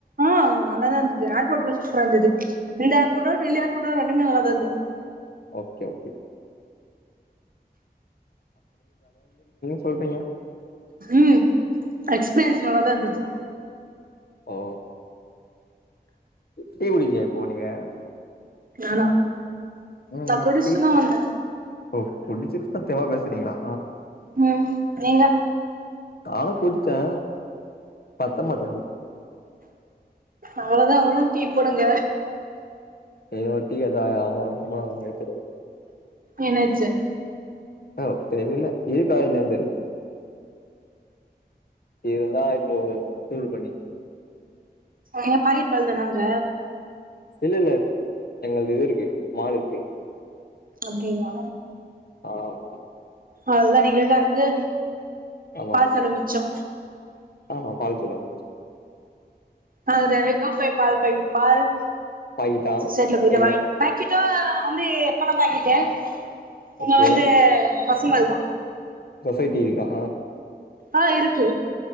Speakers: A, on the right; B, on the left.
A: ஆஹ் நல்லாதா இருந்தது ஏர்போர்ட்லா சூப்பராருந்தது இந்த ஏர் போட்டோ டில்லி ஏர்போட்டோ ரெண்டுமே நல்லாதா இருந்தது
B: ஓகே ஓகே போய்பீங்க
A: ம் எக்ஸ்பீரியன்ஸ் நல்லாதா இருந்தது
B: ஓ டீ குடிக்கலயா இப்போ நீங்க
A: நானா
B: ம்
A: நா குடிச்சிட்டு
B: டீ
A: தா வந்த
B: ஓ குடிச்சிட்டுதா தெம்பா பேசுறீங்ளா
A: ம் நீங்க
B: நானும் குடிச்சே பத்த மாட்டேன்து
A: அவ்ளோதா உன்னு டீ போடுங்க
B: இன்னோரு டீ கேட்டா எங்கம்மா வந்து தா போடுவாங்க வெச்ச பால்
A: என்னாச்சு
B: ஓ தெரியல இருக்கா என்னன்னு தெர்ல இருந்தா இப்போ சூடு பண்ணி
A: ஏ பாக்கெட் பால் தானா அங்க
B: இல்லல்ல எங்கள்து இது இருக்கு மாடு இருக்கு
A: அப்டிங்ளா
B: ஆமா
A: அவ்ள்தா நீங்ளே கறந்து
B: ஆமா
A: பால் செலவு மிச்சோ
B: ஆமா பால் செலவு மிச்சோ
A: அது தெனைக்கும் போய் பால்பாகெட் பால்
B: பாக்கிட்டா
A: சொசைட்டில போயிட்டு
B: இல்ல
A: வாங்க பேக்கெட்டா வந்து எத்தனா பாக்கெட்டு இங்க
B: ஓகே
A: வந்து பசும்பால் தா
B: சொசைட்டி இருக்காஹ்
A: ஆஹ் இருக்கு